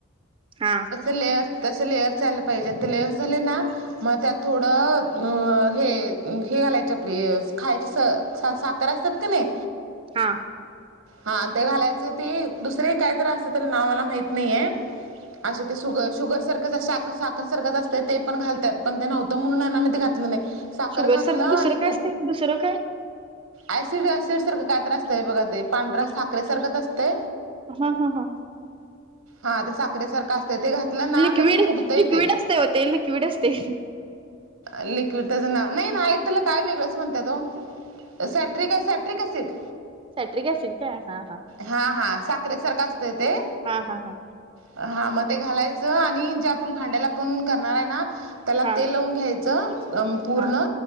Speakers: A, on the right; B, on the right.
A: हा
B: लेअर तसं लेअर झालं पाहिजे ते लेअर झाले ना मग त्यात थोडं अ हे हे घालायचे आपली खायची त असतत क नाही
A: हा
B: हां ते घालायचं ते दुसरे काय तर असत तर नाव मला माहीत नाही आहे असे तेग शुगर सारखं साखर सरगतच असत ते पण घालतात पण ते नव्हतं मुंना मी ते घातलं नाही साखर
A: शुगर
B: घातला
A: सारखं दुसरं
B: आणि
A: काय
B: कु
A: असतंय दुसरं काय
B: ऍसिड वसिड सारख काय त्रास बघा ते पांढरास
A: हा
B: ठाकरे सारखत असते
A: हा हा
B: हा ते साखरे सारखं असतय ते घातलं ना
A: लिक्विड
B: तर ते फुगतय
A: लिक्विड
B: ते
A: असतंय ओ ते लिक्विड असतंय
B: लिक्विड त्याचं नाव नाही ना तला काय वेगळंच म्हणतय तो सॅट्रिक सॅट्रिक असट
A: साटर क असेन का हा हा
B: हा हा साखरेसारखं असतंय ते
A: हा हा हा
B: हा मग ते घालायचं आणि जे आपण भांड्याला पण करणार आहे ना त्याला
A: हा
B: तेल लावून घ्यायचं पूर्ण
A: हा